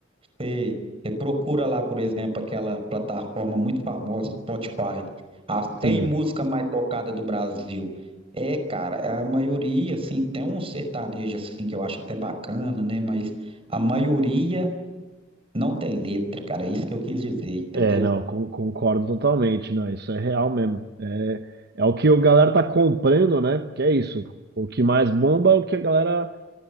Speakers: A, on the right; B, on the right.
A: Você, você procura lá, por exemplo, aquela plataforma muito famosa, Spotify, as 100
B: sim.
A: músicas mais tocadas do Brasil. É, cara, a maioria, assim, tem um sertanejo, assim, que eu acho até bacana, né? Mas a maioria não tem letra, cara. É isso que eu quis dizer, entendeu?
B: É, não, con- concordo totalmente. Não, isso é real mesmo. É, é o que a galera tá comprando, né? Porque é isso. O que mais bomba é o que a galera,